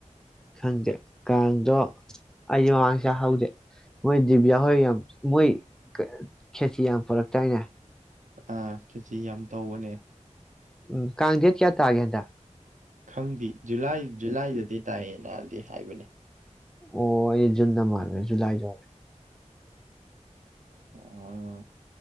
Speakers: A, in the centre; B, on the right (about 80°).
A: ꯈꯪꯗꯦ ꯀꯥꯟꯗꯣ ꯑꯩꯁ ꯃꯃꯥꯡꯁꯦ ꯍꯧꯗꯦ ꯃꯣꯏ ꯗꯤꯕꯤꯌꯥ ꯍꯣꯏ ꯌꯥꯝ ꯃꯣꯏ ꯈꯦꯁꯤ ꯌꯥꯝ ꯄꯨꯔꯛꯇ ꯆꯅꯥ
B: ꯑ ꯈꯦꯁꯤ ꯌꯥꯝ ꯇꯧꯕꯅꯦ
A: ꯎꯝ ꯀ ꯀꯥꯡꯗꯦꯠ ꯀꯌꯥ ꯇꯥ ꯀꯦ ꯍꯟꯗꯛ
B: ꯈꯪꯗꯦ ꯖꯨꯂꯥꯏ ꯖꯨꯂꯥꯏꯗꯗꯤ ꯇꯥꯏꯌꯦ ꯅꯥꯗꯦ ꯍꯥꯏꯕꯅꯦ
A: ꯑꯣ ꯑꯩꯖꯨꯟ ꯅ ꯃꯥꯟꯂꯨꯔꯦ ꯖꯨꯂꯥꯏꯗ ꯑꯣꯏꯔ
B: ꯑꯣ